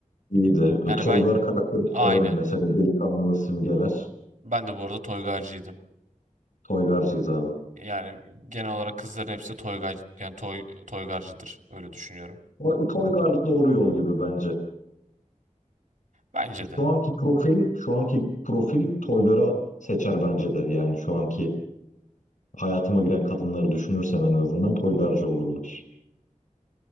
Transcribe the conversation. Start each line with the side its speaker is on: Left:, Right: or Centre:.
Left: İyiydi.
Right: Yani
Left: Toygar
Right: ben
Left: karakterini
Right: aynen.
Left: severim mesela. Delikanlı simgeler.
Right: Ben de bu arada toygarcıydım.
Left: Toygarcıyız abi.
Right: Yani genel olarak kızların hepsi de toygar yani toy toygarcıdır. Öyle düşünüyorum.
Left: O- Toygar doğru yol gibi bence.
Right: Bence de.
Left: Şu anki profil, şu anki profil Toygar'a seçer bence de. Yani şu anki hayatıma giren kadınları düşünürsem en azından Toygarcı olurlar.